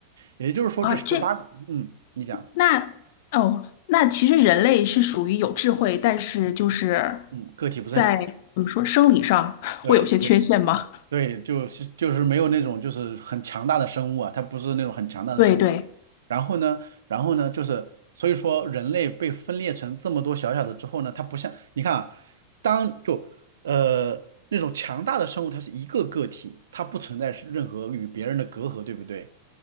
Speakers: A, on the right (about 65°); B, on the left (about 50°).
A: 也就是说，
B: 啊，
A: 这十八个，
B: 这
A: 嗯，你讲，
B: 那哦，那其实人类是属于有智慧，但是就是
A: 嗯，个体不是很，
B: 在怎么说生理上 <laughs>
A: 对对
B: 会有些缺陷吗？
A: 对，就是就是没有那种就是很强大的生物啊，它不是那种很强大的生物。
B: 对对
A: 然后呢，然后呢，就是所以说人类被分裂成这么多小小的之后呢，它不像你看啊，当就呃那种强大的生物，它是一个个体，它不存在是任何与别人的隔阂，对不对？